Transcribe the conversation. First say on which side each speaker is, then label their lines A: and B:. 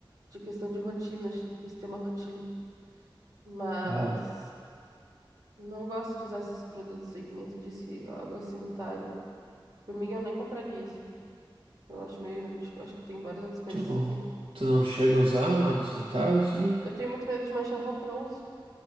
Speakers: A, on the right (about 45°); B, on the right (about 80°).
A: De questão de rotina, acho difícil ter uma rotina. Mas
B: Ah,
A: não gosto de usar esses produtos aí, que nem tu disse, água sanitária. Por mim, eu nem compraria, assim. Eu acho meio inútil. Acho que tem várias outras coisas
B: tu,
A: que.
B: tu não chega a usar água sanitária, sim.
A: Eu tenho muito medo de manchar roupa, não uso.